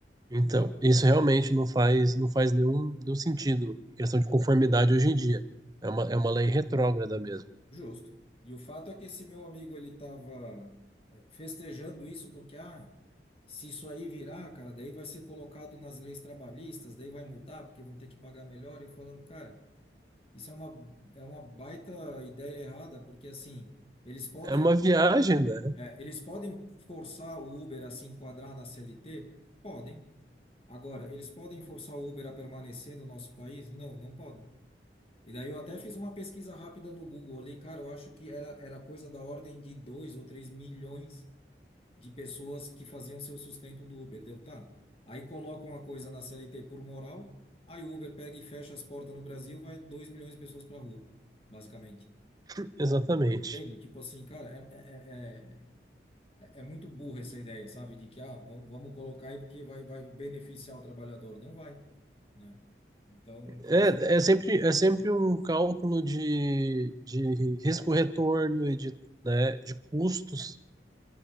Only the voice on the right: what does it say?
Então,
isso realmente não faz, não faz nenhum, nenhum sentido em questão de conformidade hoje em dia. É uma, é uma lei retrógrada mesmo.
É uma viagem, né?
<laughs> Exatamente.
É,
é sempre, é sempre um cálculo de, de risco-retorno e de, né, de custos.